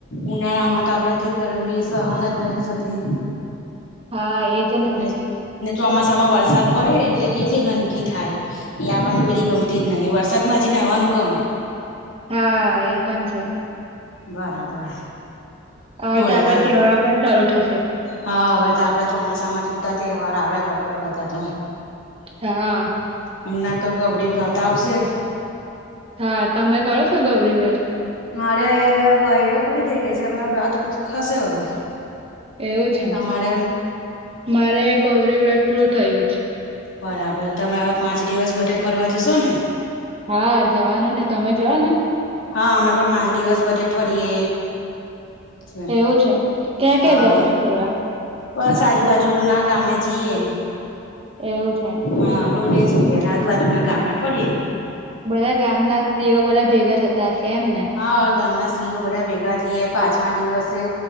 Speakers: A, on the left; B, on the right.
A: ઉનાળામાં તો આપડેથી ગરમી સહન જ નહિ થતી
B: હા એજને
A: ને ને ચોમાસામાં વરસાદ પડે એટલે કેટલી ગંદકી થાય. આપડને બધી ગમતી જ નહિ વરસાદ માં હજી નાહવાનું ગમે
B: હા એ પણ છે.
A: બરાબર
B: હવે
A: બોલો
B: તો આપડા
A: ત
B: તહેવારો પણ ચાલુ થઈ જશે
A: હા હવે તો આપડા ચોમાસામાં જ ઉટા તહેવાર આવે બરાબર બધા તો
B: હા.
A: હમણાં તો ગવરી વ્રત આવશે
B: હા તમે કરો છો ગૌરી વ્રત
A: મારે ગૌયરો ઓ પૂરી થઇ ગઈ છે અમેં વ્રત પછી ખસે હવે
B: એવું છે
A: તમારે
B: મારે ગૌરી વ્રત પૂરું થયું છે
A: બરાબર તમે આવા પાંચ દિવસ બધે ફરવા જશો ને
B: હા જવાનું ને તમે જાઓ ને
A: હા અમે પણ પાંચ દિવસ બધે ફરીએ. છે
B: એવું છે ક્યાં ક્યાં
A: હા
B: જાવ તમે ફરવા
A: બસ આજુ બાજુ ના ગામે જઈએ.
B: એવું છે.
A: હા રોડે જઈએ અને આજુબાજુ ના ગામે ફરીએે.
B: બધા ગામના સ્ત્રીઓ બધા ભેગા થતા હશે એમ ને
A: હા ગામના સ્ત્રીઓ બધા ભેગા થઈએ પાંચમા દિવસે